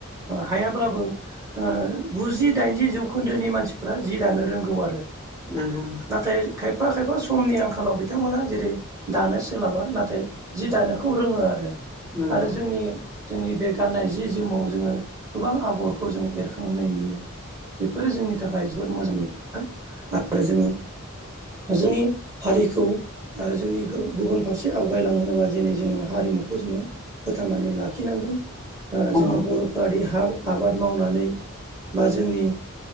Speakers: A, on the right; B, on the left.
A: हायाब्ला बो ओ गुजि दाइनजि जौखोन्दोनि मानसिफ्रा जि दानो रोंगौ आरो
B: नंगौ
A: नाथाय खायफा खायफा समनि आंखालाव बिथांमोनहा जेरै दानो सोलाबा नाथाय जि दानोखौ रोङो आरो
B: नंगौ
A: आरो जोंनि जोंनि बे गाननाय जि जोमाव जोङो गोबां आ गरखौ जों एरखांहोनाय नुयो बेफोरो जोंनि थाखाय जोबोर मोजांनि खोथा आरो जोङो जोंनि हारिखौ आरो जोंनि गुबुन फारसे आवगायलांहोनोबा दिनै जोङो हारिमुखौ जोङो। फोथांनानै लाखिनांगोन
B: औ
A: जोङो बर'फोरादि हा आबाद मावनानै बा जोंनि